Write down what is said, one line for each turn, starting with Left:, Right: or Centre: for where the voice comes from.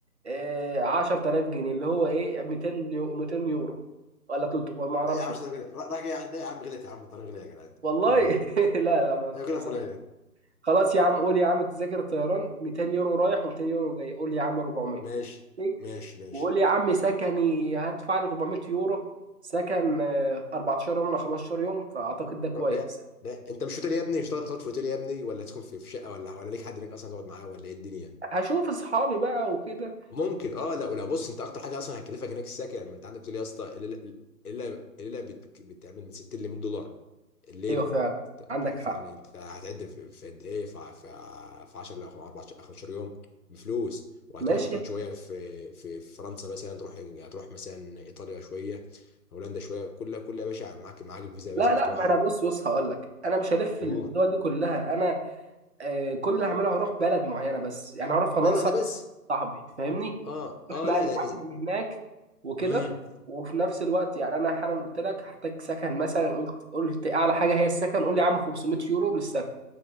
Right: آه 10000 جنيه اللي هو ايه 200 يو 200 يورو ولا 300 ولا ما اعرفش
Left: لا يا عم مش طيران غالي راح جاي لا يا عم غلط يا عم الطيران غلي يا جدع انت الطيران
Right: والله
Left: غلي
Right: <laughs> لا لا ما
Left: ايوه
Right: ما
Left: غلي
Right: سمعت.
Left: امال ايه
Right: خلاص يا عم قول يا عم تذاكر الطيران 200 يورو رايح و200 يورو جاي قول يا عم 400
Left: ماشي
Right: إيه؟
Left: ماشي ماشي
Right: وقول يا عم سكني هدفع لي 400 يورو سكن آه، 14 يوم ولا 15 يوم فاعتقد ده كويس
Left: روح- لا لا انت مش في اوتيل يا ابني مش هتقعد هتقعد في اوتيل يا ابني ولا تكون في في شقه ولا ولا ليك حد هناك اصلا تقعد معاه ولا ايه الدنيا
Right: هشوف اصحابي بقى وكده
Left: ممكن اه لا ولا بص انت اكتر حاجه اصلا هتكلفك هناك السكن ما انت عندك تقول يا اسطى الليله الليله الليله بت- بتعمل من 60 ل 100 دولار الليله
Right: ايوه فعلا
Left: ت-
Right: عندك حق
Left: فيعني انت هتعد في في قد ايه في في في 10 ل 14 15 يوم بفلوس وهتقعد
Right: ماشي
Left: هتقعد شويه في في في فرنسا مثلا تروح هتروح مثلا ايطاليا شويه هولندا شويه كل كل يا باشا معاك معاك الفيزا يا
Right: لا
Left: باشا مفتوحه
Right: لا ما انا بص بص هقول لك انا مش هلف
Left: اوه
Right: الدول دي كلها انا آه كل اللي هعمله هروح بلد معينه بس يعني هروح فرنسا
Left: بس واحده بس
Right: صاحبي فاهمني
Left: اه
Right: روح
Left: اه
Right: بقى
Left: لا
Right: نتعلم
Left: لا
Right: من هناك وكده
Left: امم
Right: وفي نفس الوقت يعني انا حالا قلت لك هحتاج سكن مثلا قلت قلت اعلى حاجه هي السكن قول لي يا عم 500 يورو للسكن